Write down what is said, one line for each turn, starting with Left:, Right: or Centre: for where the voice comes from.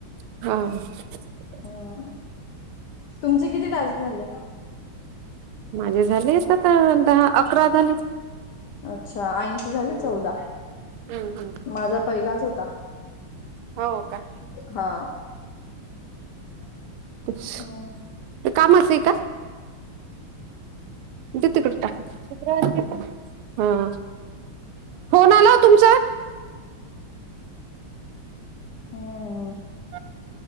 Right: हा.. <inaudible>
Left: हम्म. तुमचे किती टास्क झाले.
Right: माझे झालेत आता दहा अकरा झाले.
Left: अच्छा ऐंशी झाले चौदा,
Right: हम्म हम्म
Left: माझा पहिलाच होता.
Right: हो का.
Left: हा
Right: ते
Left: हम्म
Right: कामचं आहे का. दे तिकडं टाकून. हं.. फोन आलं ओ तुमचं.
Left: हम..
Right: हा